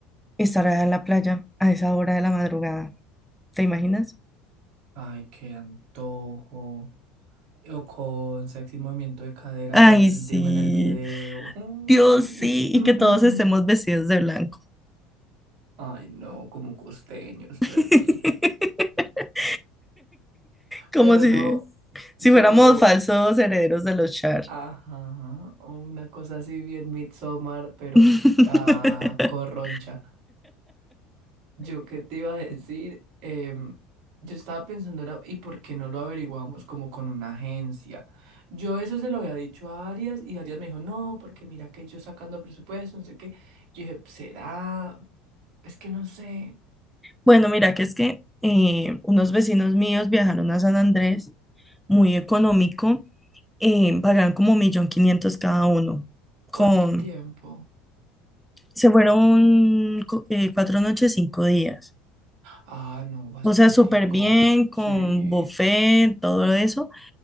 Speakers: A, in the centre; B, on the right (about 60°).
A: estar allá en la playa a esa hora de la madrugada. ¿Te imaginas?
B: Ay, qué antojo. O con sexy movimiento de cadera
A: Ay,
B: para yo sentirme
A: sí,
B: en el video. Uy.
A: Dios sí,
B: <laughs>
A: y que todos estemos vestidos de blanco.
B: Ay, no, como costeños
A: <laughs>
B: perdí.
A: Como
B: Pero
A: si,
B: no,
A: si
B: yo,
A: fuéramos falsos herederos de los Char.
B: ajá, una cosa así bien Midsommar, pero
A: <laughs>
B: ah, corroncha. Yo qué te iba a decir, Em, yo estaba pensando, era, ¿y por qué no lo averiguamos como con una agencia? Yo eso se lo había dicho a Arias y Arias me dijo, no, porque mira que yo sacando presupuesto, no sé qué. Yo dije, ¿será? Es que no sé
A: Bueno, mira, que es que eh, unos vecinos míos viajaron a San Andrés, muy económico, eh, pagaron como un millón quinientos cada uno, con,
B: cuánto tiempo.
A: se fueron co- eh, cuatro noches, cinco días.
B: Ah, no, bastantico.
A: O sea, súper bien, con
B: Sí.
A: buffet, todo eso.